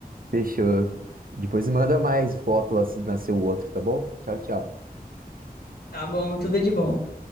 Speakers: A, on the right; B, on the left.
A: Fechou. Depois me manda mais foto lá se nasceu outro, tá bom? Tchau, tchau.
B: Tá bom, tudo de bom.